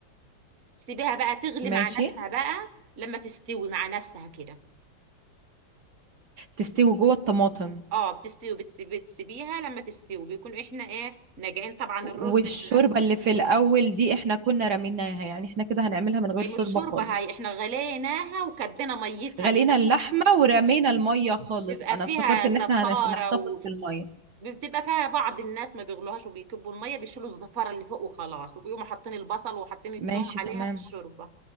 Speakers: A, on the right; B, on the right.
A: سيبيها بقى تغلي مع
B: ماشي
A: نفسها بقى لما تستوي مع نفسها كده
B: تستوي جوه الطماطم
A: اه بتستوي بتسي- بتسيبيها لما تستوي بيكون احنا ايه ناجعين طبعا
B: والشوربة
A: الرز احنا نص
B: اللي في
A: فيه
B: الأول دي احنا كنا رميناها يعني احنا كده هنعملها من غير
A: هي
B: شوربة
A: مش شوربة
B: خالص
A: هاي احنا غليناها وكبينا ميتها
B: غلينا
A: بيبقى
B: اللحمة ورمينا المية خالص
A: بيبقى
B: أنا
A: فيها
B: افتكرت إن
A: زفارة
B: احنا هنحتفظ
A: و...
B: بالمية
A: بتبقى فيها بعض الناس ما بيغلوهاش وبيكبوا الميه بيشيلوا الزفره اللي فوق وخلاص وبيقوموا حاطين البصل وحاطين الثوم
B: ماشي
A: عليها
B: تمام
A: في الشوربه